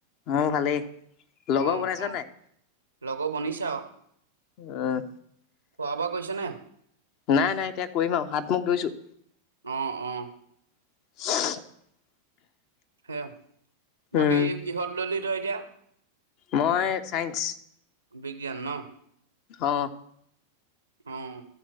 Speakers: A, on the left; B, on the right.
A: মোৰ ভালেই। লগৰ
B: অ
A: বনাইছা
B: অ
A: নাই?
B: লগৰ বনিছে আৰু?
A: উম,
B: খোৱা-বোৱা কৰিছ নাই?
A: নাই নাই এতিয়া কৰিম আৰু, হাত মুখ ধুইছোঁ।
B: অ' অ'।
A: <inaudible>
B: হে। বাকী
A: উম,
B: কিহত ল'লি? জ' দিয়া।
A: মই চায়ঞ্চ।
B: বিজ্ঞান ন'?
A: অহ।
B: উম।